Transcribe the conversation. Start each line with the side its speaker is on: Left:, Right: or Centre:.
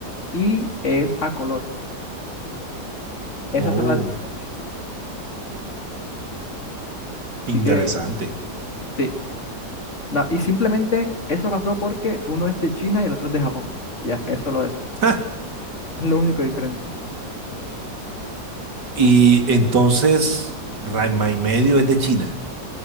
Left: y es a color. Esas
Right: Oh,
Left: son las diferencias.
Right: interesante.
Left: Así que sí, na- y simplemente eso pasó porque uno es de China y el otro es de Japón. Ya, es solo eso.
Right: Ah,
Left: Es lo único diferente.
Right: y entonces, Ranma y medio es de China.